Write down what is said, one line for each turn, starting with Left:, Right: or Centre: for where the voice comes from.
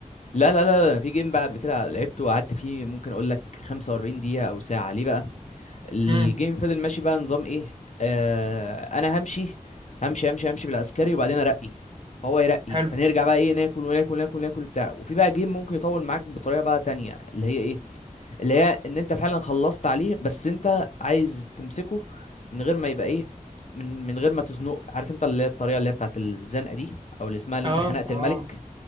Left: لا لا لا لا، في جيم بقى قبل كده لعبته وقعدت فيه ممكن اقول لك 45 دقيقة او ساعة ليه بقى
Right: <laughs>
Left: الجيم
Right: امم
Left: فضل ماشي بقى نظام ايه آه انا همشي همشي همشي همشي بالعسكري وبعدين ارقي فهو يرقي
Right: حلو
Left: فنرجع بقى ايه ناكل وناكل ناكل ناكل بتاع وفي بقى جيم ممكن يطول معاك بطريقة بقى تانية اللي هي ايه اللي هي ان انت فعلا خلصت عليه بس انت عايز تمسكه من غير ما يبقى ايه من من غير ما تزنقه عارف انت اللي هي الطريقه اللي هي بتاعت الزنقه دي او اللي اسمها اللي
Right: اه
Left: انت خنقت
Right: اه
Left: الملك